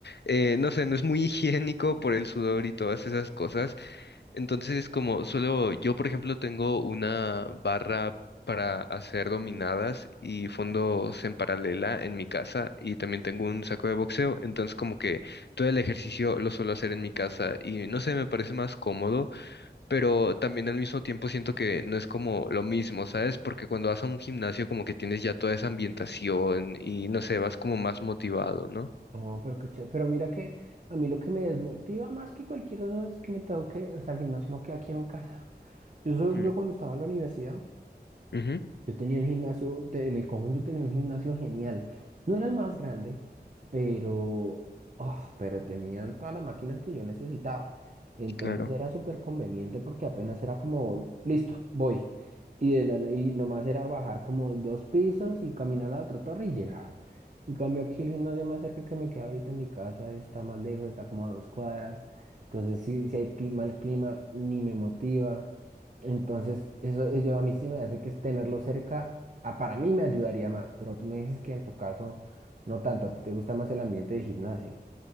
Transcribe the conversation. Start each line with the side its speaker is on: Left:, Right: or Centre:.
Left: eh, no sé, no es muy higiénico por el sudor y todas esas cosas. Entonces, como solo yo, por ejemplo, tengo una barra para hacer dominadas y fondos en paralela en mi casa y también tengo un saco de boxeo, entonces como que todo el ejercicio lo suelo hacer en mi casa y no sé, me parece más cómodo, pero también al mismo tiempo siento que no es como lo mismo, ¿sabes? Porque cuando vas a un gimnasio como que tienes ya toda esa ambientación y no sé, vas como más motivado, ¿no?
Right: No, pero qué chévere. Pero mira que a mí lo que me desmotiva más que cualquier cosa es que me tengo que, o sea, el gimnasio no queda aquí en mi casa. Yo, solo-
Left: Mm,
Right: yo cuando estaba en la universidad,
Left: ujú,
Right: yo tenía el gimnasio, te- en el conjunto tenía un gimnasio genial. No era el más grande, pero, ah, pero tenían todas las máquinas que yo necesitaba. Entonces
Left: claro.
Right: era súper conveniente porque apenas era como, listo, voy. Y, de la, na- y nomás era bajar como dos pisos y caminar a la otra torre y llegaba. En cambio aquí el gimnasio más cerca que me queda ahorita en mi casa está más lejos, está como a dos cuadras. Entonces si, si hay cli- mal clima, ni me motiva. Entonces, eso, eso a mí sí me hace que es tenerlo cerca, ah, para mí me ayudaría más, pero tú me dices que en tu caso no tanto, a ti te gusta más el ambiente de gimnasio.